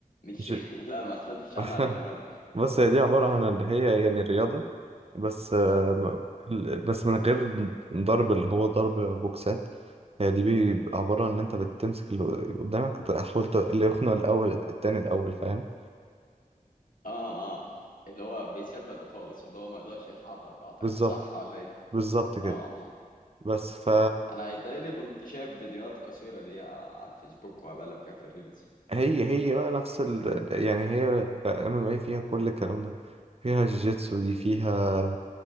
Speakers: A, on the left; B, on the right.
A: مش
B: ج...
A: <laughs> لا ما سمعتش
B: <laughs>
A: عنها للأمانة
B: بص هي دي عبارة عن اللي هي يعني رياضة بس آه، م- ال- بس من غير ضرب اللي هو ضرب بوكسات هي دي بيبقى عبارة عن إن أنت بتمسك اللي قدامك تحاول ت- اللي يخنق الأول التاني الأول فاهم
A: اه اه اللي هو بيثبته خالص اللي هو ما يقدرش يتحرك اعتقد
B: بالظبط
A: صح ولا ايه
B: بالظبط كده
A: اه اه
B: بس ف
A: انا يتهيألي كنت شايف فيديوهات قصيرة ليها على الفيسبوك وبقلب كده في الريلز
B: هي هي بقى نفس ال يعني هي ام ام اي فيها كل الكلام ده فيها جيجيتسو دي فيها